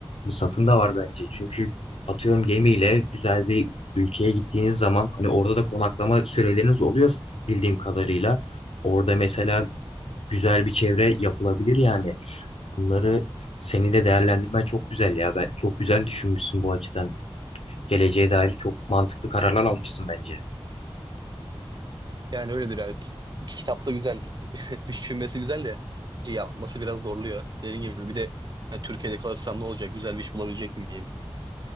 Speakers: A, on the left; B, on the right.
A: satın da var bence. Çünkü atıyorum gemiyle güzel bir ülkeye gittiğiniz zaman hani orada da konaklama süreleriniz oluyor bildiğim kadarıyla. Orada mesela güzel bir çevre yapılabilir yani. Bunları seni de değerlendirmen çok güzel ya. Ben çok güzel düşünmüşsün bu açıdan. Geleceğe dair çok mantıklı kararlar almışsın bence.
B: Yani öyledir yani. Ki- Kitapta güzel. <laughs> Düşünmesi güzel de şey yapması biraz zorluyor. Dediğim gibi bir de hani Türkiye'de kalırsam ne olacak? Güzel bir iş bulabilecek miyim?